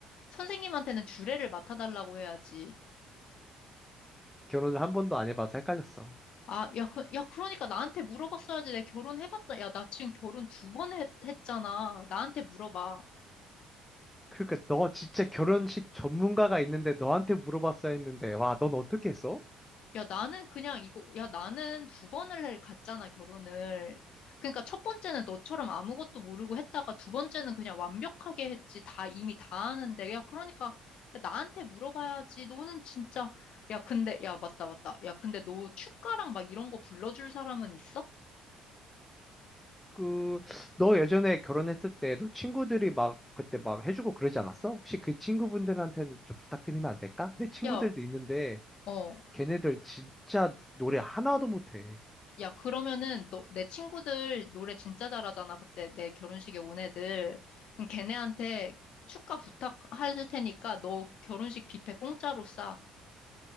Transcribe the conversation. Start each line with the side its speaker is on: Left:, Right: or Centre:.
Left: 선생님한테는 주례를 맡아달라고 해야지.
Centre: 결혼을 한 번도 안 해봐서 헷갈렸어.
Left: 아, 야, 그, 야, 그러니까 나한테 물어봤어야지. 내 결혼해봤자. 야, 나 지금 결혼 두 번 했잖아. 나한테 물어봐.
Centre: 그러니까 너 진짜 결혼식 전문가가 있는데 너한테 물어봤어야 했는데 와, 넌 어떻게 했어?
Left: 야, 나는 그냥 이거, 야, 나는 두 번을 해- 갔잖아, 결혼을. 그러니까 첫 번째는 너처럼 아무것도 모르고 했다가 두 번째는 그냥 완벽하게 했지. 다, 이미 다 아는데. 야, 그러니까 나한테 물어봐야지. 너는 진짜, 야, 근데, 야, 맞다, 맞다. 야, 근데 너 축가랑 막 이런 거 불러줄 사람은 있어?
Centre: 그, 너 예전에 결혼했을 때 너 친구들이 막 그때 막 해주고 그러지 않았어? 혹시 그 친구분들한테는 좀 부탁드리면 안 될까? 내 친구들도
Left: 야,
Centre: 있는데
Left: 어.
Centre: 걔네들 진짜 노래 하나도 못해.
Left: 야, 그러면은 너, 내 친구들 노래 진짜 잘하잖아. 그때 내 결혼식에 온 애들. 그럼 걔네한테 축가 부탁할 테니까 너 결혼식 뷔페 공짜로 싸.